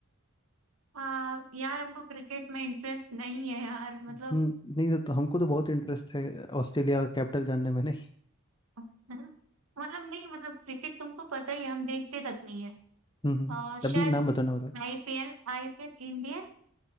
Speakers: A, on the right; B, on the left.
A: आ, यार हमको क्रिकेट में इंटरेस्ट नहीं है यार मतलब
B: हम्म नहीं तो हमको तो बहुत इंटरेस्ट है ऑस्ट्रेलिया का कैपिटल जानने में नहीं
A: <laughs> मतलब नहीं मतलब क्रिकेट तुमको पता ही है, हम देखते तक नहीं है
B: हम्म हम्म,
A: आ, शायद
B: तब भी नाम बताओ ना
A: IPL IPL Indian